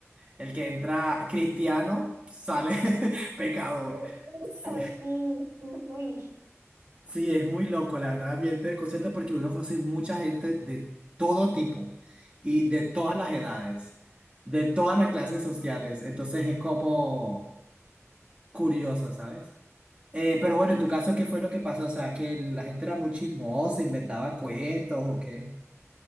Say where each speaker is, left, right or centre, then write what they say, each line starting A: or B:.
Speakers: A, on the right; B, on the right.
A: El que entra cristiano sale <laughs> pecador.
B: Pues, pucha,
A: Sí.
B: sí, sí fui.
A: Sí, es muy loco, la verdad, el ambiente del concierto, porque uno conoce mucha gente de todo tipo y de todas las edades, de todas las clases sociales. Entonces es como curioso, ¿sabes? Eh, pero bueno,
B: Sí,
A: en tu
B: es
A: caso,
B: bien.
A: ¿qué fue lo que pasó? O sea, que la gente era muy chismosa, inventaba cuentos o qué.